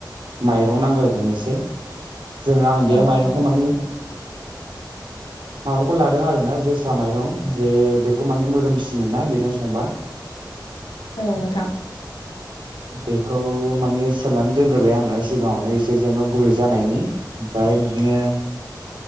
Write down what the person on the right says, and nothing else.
माइरं नांगोरगोन एसे जोङो आं
बे माइरंखौ
माने माबाखौ लादों आरोना जोसा माइरं जे बेखौ माने मोदोमसिनो ना बेजों संबा <inaudible>
बेखौ माने सोमनानै दोनग्रोबाय आङो सिगाङावनो एसे जेन' गुरै जानायनि ओमफ्राय ओमफ्राय बिदिनो